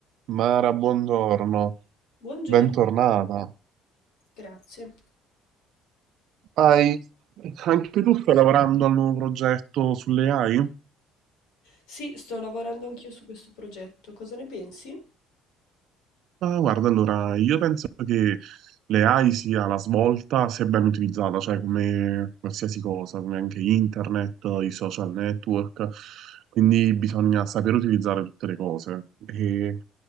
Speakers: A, on the right; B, on the left.
A: Mara, buongiorno,
B: Buongiorno,
A: bentornata.
B: grazie.
A: Hai, anche tu stai lavorando al nuovo progetto sulle AI?
B: Sì, sto lavorando anch'io su questo progetto. Cosa ne pensi?
A: Ma guarda, allora, io penso che le AI sia la svolta se ben utilizzata, cioè come qualsiasi cosa, come anche internet, i social network, quindi bisogna sapere utilizzare tutte le cose. E